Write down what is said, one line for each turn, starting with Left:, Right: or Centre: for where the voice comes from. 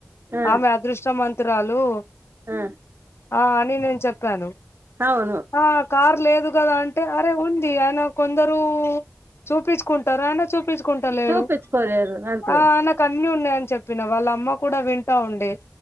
Right: ఆ
Left: ఆమె అదృష్ట మంతురాలు
Right: ఆ
Left: అని నేను చెప్పాను.
Right: అవును
Left: ఆ కారు లేదు గదా అంటే అరే ఉంది ఆయన కొందరు చూపించుకుంటారు అయన చూపించుకుంటలేడు
Right: చూపించుకోలేరు అంతే
Left: ఆ ఆయన కన్నీ ఉన్నాయని చెప్పినా వాళ్ళ అమ్మ కూడా వింటా ఉండె